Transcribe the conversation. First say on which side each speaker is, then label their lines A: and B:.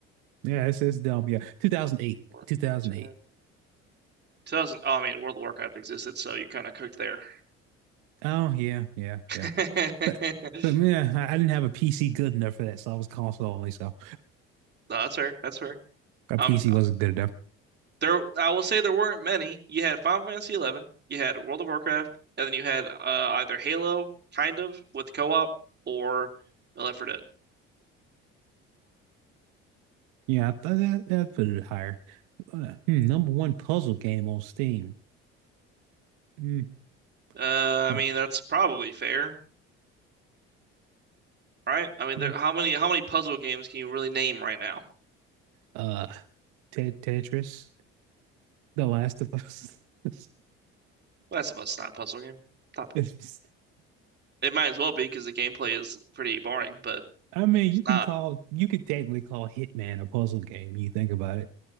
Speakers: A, on the right; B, on the right.
A: Yeah, it's it's dumb. Yeah, 2008,
B: Or-
A: 2008.
B: ten. 2000, oh, I mean, World of Warcraft existed, so you kind of cooked there.
A: Oh yeah, yeah,
B: <laughs>
A: yeah. But but man, I, I didn't have a PC good enough for that, so I was console only. So
B: No, that's fair. That's fair.
A: my
B: Um,
A: PC wasn't good enough.
B: there, I will say there weren't many. You had Final Fantasy XI, you had World of Warcraft, and then you had uh, either Halo, kind of, with co-op, or Left 4 Dead.
A: Yeah, I th that that put it higher. Uh, hmm, number one puzzle game on Steam. Hmm,
B: Uh,
A: poor.
B: I mean, that's probably fair, right? I mean,
A: Hmm.
B: there, how many how many puzzle games can you really name right now?
A: Uh, Te- Tetris, The Last of Us. <laughs>
B: Last of Us is not a puzzle game. Stop
A: It's-
B: it. It might as well be because the gameplay is pretty boring, but
A: I mean,
B: it's
A: you can
B: not.
A: call you could technically call Hitman a puzzle game when you think about it.